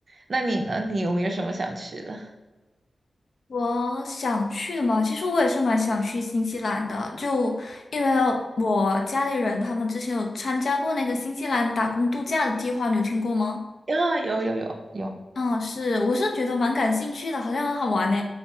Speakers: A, on the right; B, on the left.
A: 那你呢？你有没有什么想去的？
B: 我想去的嘛，其实我也是蛮想去新西兰的，就因为我家里人他们之前有参加过那个新西兰打工度假的计划，你有听过吗？
A: 啊，有有有有。
B: 嗯，是，我是觉得蛮感兴趣的，好像很好玩呢。